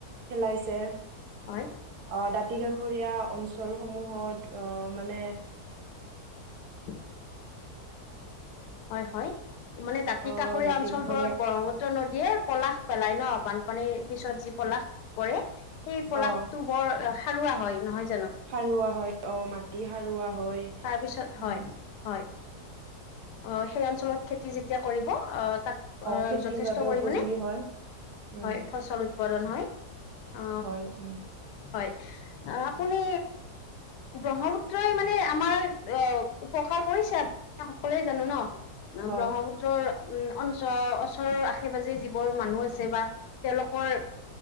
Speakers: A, on the right (about 80°); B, on the left (about 85°).
A: পেলাইছে।
B: হয়।
A: অ দাঁতি কাষৰীয়া অঞ্চলসমূহত অ মানে
B: <inaudible> হয় হয়, মানে দাঁতি
A: আহ
B: কাষৰীয়া
A: দাঁতি
B: অঞ্চল
A: কাষৰীয়া
B: বোৰত ব্ৰহ্মপুত্ৰ নদীয়ে পলাশ পেলায় ন, বানপানীৰ পিছত যি পলাশ পৰে, সেই পলাশটো
A: অ
B: বৰ সাৰুৱা হয়, নহয় জানো?
A: সাৰুৱা হয় অ মাটি সাৰুৱা হয়।
B: তাৰপিছত হয়
A: উম।
B: হয়। অ সেই অঞ্চলত খেতি যেতিয়া কৰিব তাত অ
A: খেতিৰ
B: যথেষ্ট
A: বাবে
B: পৰিমণে
A: উপযোগী হয় উম
B: হয় ফচল উৎপাদন হয়। আ
A: হয় উম
B: হয় আপুনি ব্ৰহ্মপুত্ৰই মানে আমাৰ অ উপকাৰ কৰিছে সকলোৱে জানো ন।
A: হয়
B: ব্ৰহ্মপুত্ৰ ৰ উম অঞ্চ ওচৰৰ আশে-পাজে যিবোৰ মানুহ আছে বা তেওঁলোকৰ